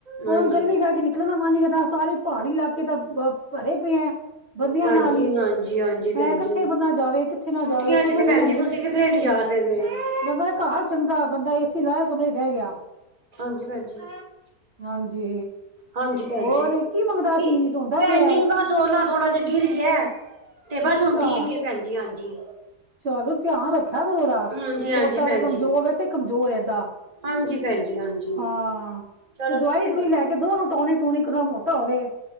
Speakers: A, on the right (about 25°); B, on the right (about 45°).
A: ਹਾਂਜੀ
B: ਹੁਣ ਗਰਮੀ ਕਰਕੇ ਨ ਨਿਕਲਣ ਦਾ ਮਨ ਨਹੀਂ ਕਰਦਾ। ਸਾਰੇ ਪਹਾੜੀ ਇਲਾਕੇ ਤਾਂ ਭ ਭਰੇ ਪਏ ਹੈ। ਬੰਦਿਆਂ
A: ਭਾਜੀ
B: ਨਾਲ ਹੀ,
A: ਹਾਂਜੀ ਹਾਂਜੀ ਭੈਣ
B: ਹੈਂ ਕਿੱਥੇ
A: ਜੀ
B: ਬੰਦਾ ਜਾਵੇ ਕਿੱਥੇ ਨਾ
A: ਛੁੱਟੀਆਂ
B: ਜਾਵੇ ਸਮਝ
A: ਚ ਤੇ ਭੈਣ
B: ਨੀ ਆਂਦੀ।
A: ਜੀ ਤੁਸੀਂ ਕਿਧਰੇ ਨੀ ਜਾ ਸਕਦੇ। <unintelligible>
B: ਬੰਦਾ ਨਾ ਘਾਰ ਚੰਗਾ, ਬੰਦਾ ਏ ਸੀ ਲਾਇ ਕਮਰੇ ਚ ਬਹਿ ਗਿਆ।
A: ਹਾਂਜੀ ਭੈਣਜੀ। <inaudible>
B: ਹਾਂਜੀ
A: ਹਾਂਜੀ ਭੈਣ
B: ਹੋਰ
A: ਜੀ,
B: ਮੰਗਦਾ
A: ਕੀ
B: ਸੀ ਰੋਂਦਾ
A: ਭੈਣ
B: ਪਿਆ
A: ਜੀ
B: ਹੈ?
A: ਬਸ ਸੋਲਾ ਥੋੜਾ ਜਿਹਾ ਗਿਰ ਗਿਆ, ਤੇ ਬਸ
B: ਅੱਛਾ
A: ਹੁਣ ਠੀਕ ਏ ਭੈਣ ਜੀ। ਹਾਂਜੀ।
B: ਚਲੋ ਧਿਆਨ ਰੱਖਿਆ ਕਰੋ ਉਹਦਾ,
A: ਹਾਂਜੀ ਹਾਂਜੀ
B: ਛੋਟਾ
A: ਭੈਣ
B: ਤੇ ਕਮਜ਼ੋਰ
A: ਜੀ
B: ਵੈਸੇ ਹੀ ਕਮਜ਼ੋਰ ਏਡਾ
A: ਹਾਂਜੀ ਭੈਣਜੀ, ਹਾਂਜੀ।
B: ਹਾਂ
A: ਚਲੋ
B: ਕੋਈ
A: ਤੁਸੀਂ
B: ਦਵਾਈ-ਦੂਵੂਈ
A: ਦੱਸੋ
B: ਲੈ ਕੇ ਦੋ, ਓਨੂੰ ਟੋਨਿਕ-ਟੂਨਿਕ ਉਦੇ ਨਾ ਮੋਟਾ ਹੋਵੇ।